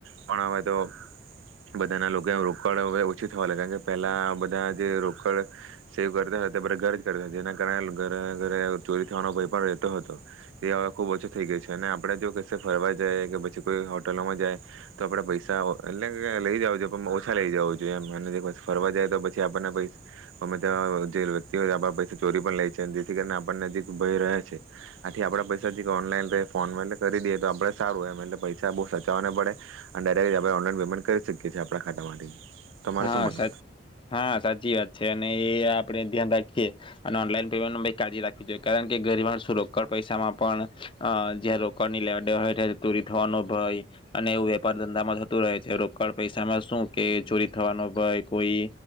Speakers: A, on the right (about 80°); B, on the left (about 25°).
A: પણ આવે તો બધાના લોકો રોકડ <unintelligible> ઓછી થવા લાગે કારણ કે પેલા બધા જે રોકડ સેવ કરતા હતા, બધા ઘરે જ કરતા હતા, જેના કારણે ઘરે ઘરે ચોરી થવાનો ભય પણ રહે તો હતો, જે હવે ખૂબ ઓછું થયો ગયું છે. અને આપણે જો કશે ફરવા જઇએ કે પછી કોઈ હોટલમાં જઈએ તો આપણા પૈસા આવે તો એટલે કે લઈ જાઓ જો પણ ઓછા લઈ જાઓ જોઈએ એમ અને એક વખત ફરવા જઇએ તો પછી આપણને પૈસ બધા જે વ્યક્તિ ઓ ચોરી પણ લે છે જેથી કરીને આપણને એક ભય રહે છે. આથી આપડા પૈસા જે ઓનલાઈન કે ફોન એટલે કરી દેએ તો આપડે સારું એમ એટલે પૈસા બહુ સાચવવા ના પડે અને ડાયરેક્ટ આપણે ઓનલાઈન પેમેન્ટ કરી શકીએ છીએ, આપણા ખાતામાંથી. તમારે
B: હા,
A: શું માનવું
B: સાચ હા, સાચી વાત છે, અને એ આપ આપણે ધ્યાન રાખીએ અને ઓનલાઈન પેમેન્ટમાં કાળજી રાખવી જોઈએ, કારણ કે ગરીવાર શું રોકડ પૈસામાં પણ અ જે રોકડની લેવડદેવડ હોય <unintelligible> ચોરી થવાનો ભય અને એવું વેપાર ધંધામાં થતું રહે છે, રોકડ પૈસામાં શું કે ચોરી થવાનો ભય કોઈ